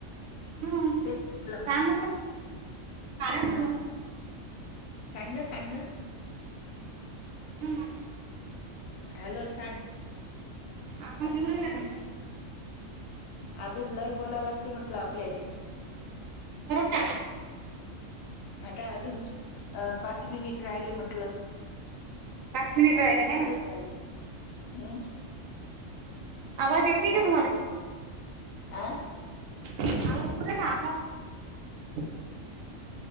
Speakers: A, on the right (about 80°); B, on the left (about 80°).
A: हम्म
B: तेच म्हटलं
A: त्या
B: मग.
A: कसं मग कारण
B: हं
A: नसते, समजा
B: सांग ना सांग ना <inaudible>
A: हम्म,
B: हॅलो,, सांग.
A: आवाज एउ रायला काय?
B: अजून लय बोलाय लागते म्हटलं आपल्याला..
A: बरोबर,
B: आता अजून पाच मिनिट राहिले म्हटलं.
A: पाच मिनिट राहिले आहे
B: पाचच
A: ना
B: झाली,, हम्.
A: आवाज येत नाही
B: दहा
A: का तुम्हाला?
B: मिनिट आ,
A: आवाज येऊ राहिला आवाज <inaudible>